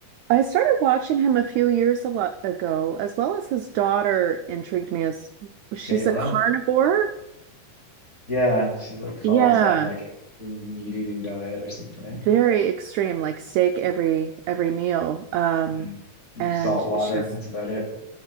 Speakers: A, on the right (about 80°); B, on the left (about 25°).
A: I started watching him a few years a wa- ago, as well as his daughter intrigued me as she's
B: Kayla.
A: a carnivore.
B: Yeah, she like follows
A: Yeah,
B: that like extreme meat eating diet or something, eh?
A: very extreme, like steak every every meal. Um,
B: Yeah. Beef,
A: and
B: salt water,
A: she's
B: that's about it.